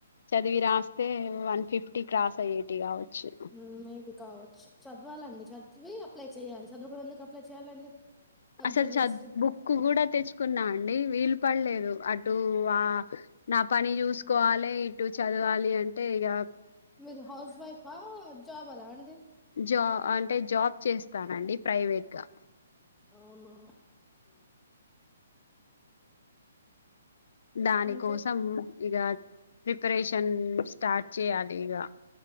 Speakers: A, on the left (about 65°); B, in the centre.
A: చదివి రాస్తే వన్ ఫిఫ్టీ క్రాస్ అయ్యే టి కావచ్చు
B: హ్మ్. మేబీ కావచ్చు చదవాలండి చదివి అప్లై చేయాలి చదువకుండ ఎందుకు అప్లై చేయాలండి డబ్బులు
A: అసలు చ
B: వేస్ట్.
A: బుక్ కూడా తెచ్చుకున్నా అండి వీలు పడలేదు అటు ఆ నా పని చూసుకోవాలి ఇటు చదవాలి అంటే ఇగ
B: మీరు హౌస్ వైఫా జాబరా అండి
A: జా అంటే జాబ్ చేస్తానండి ప్రైవేట్ గా
B: అవునా
A: దాని
B: ఇంకా
A: కోసం ఇగ ప్రిపరేషన్ స్టార్ట్ చేయాలి ఇక